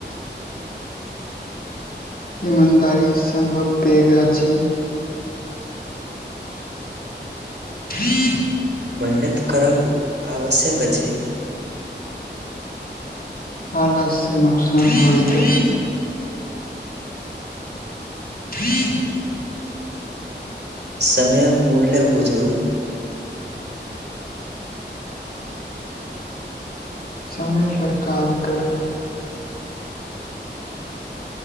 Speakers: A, on the left; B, on the right.
A: ईमानदारी सम्भव पेग अ अछि हीँ
B: मेहनत करब आवश्यक अछि
A: आलस से नुकसान होएत ी
B: समय मूल्य बुझू
A: समय पर काज करू